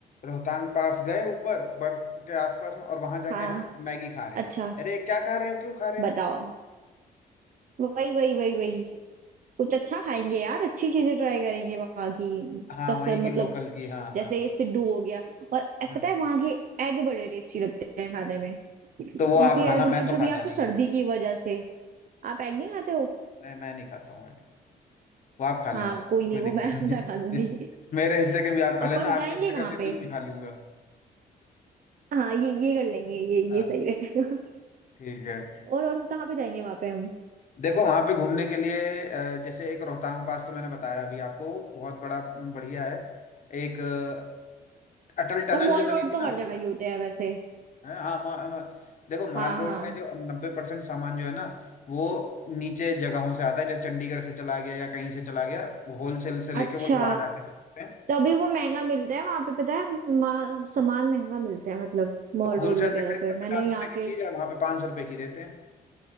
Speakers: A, on the left; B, on the right.
A: रोहतांग पास गए ऊपर बर्फ के आसपास में और वहाँ जाके
B: हाँ
A: हम मैगी खा रहे
B: अच्छा
A: हैं अरे क्या खा रहे हो क्यों खा रहे
B: बताओ
A: हैं
B: वही वही वही वही कुछ अच्छा खाएंगे यार अच्छी चीजें ट्राई करेंगे वहां की
A: हाँ
B: बस
A: वहीं की
B: मतलब
A: लोकल की हाँ
B: जैसे
A: हाँ
B: सिड्डू हो गया और ए, पता
A: हम्म।
B: है वहां के एग बड़े टेस्टी लगते हैं खाने में
A: तो वो
B: वहां
A: आप
B: के
A: खाना
B: एग
A: मैं
B: मतलब
A: तो खाता
B: या
A: नहीं
B: तो सर्दी
A: हूँ
B: की वजह से आप एग नहीं खाते हो
A: नहीं मैं नहीं खाता हूँ आगे वो आप खा लेना
B: हाँ कोई नहीं
A: कोई
B: वो
A: दिक्कत
B: मैं
A: नहीं
B: <laughs> मैं खा लूंगी
A: <laughs> मेरे हिस्से के भी आप खा
B: और
A: लेना
B: पर
A: आपके
B: जाएंगे
A: हिस्से
B: कहाँ
A: का सिड्डू
B: पे
A: मैं खा लूंगा
B: हाँ ये ये कर लेंगे ये
A: हाँ
B: ये सही रहेगा
A: ठीक है
B: और और कहाँ पे जाएंगे वहां पे हम
A: देखो वहां पे घूमने के लिए अ, जैसे एक रोहतांग पास तो मैंने बताया अभी आपको बहुत बड़ा बढ़िया है एक अ, अटल टनल
B: और मॉल
A: जो बनी
B: रोड
A: थी
B: तो
A: ना
B: हर जगह ही होते हैं वैसे
A: है, हाँ मा, मा, देखो माल
B: हाँ
A: रोड
B: हाँ
A: में जो नब्बे परसेंट सामान जो है ना वो नीचे जगहों से आता है जैसे चंडीगढ़ से चला गया या कहीं से चला गया वो होलसेल से लेके
B: अच्छा
A: वो लोग वहां जाके बेचते हैं
B: तभी वो महंगा मिलता है वहां पे पता है मा- सामान महंगा मिलता है मतलब
A: तो
B: मॉल
A: होलसेल
B: रोड वगैरह
A: से खरीदते
B: पे
A: पचास
B: मैंने यहाँ
A: रुपए की
B: पे
A: चीज है वहां पे पाँच सौ रुपए की देते हैं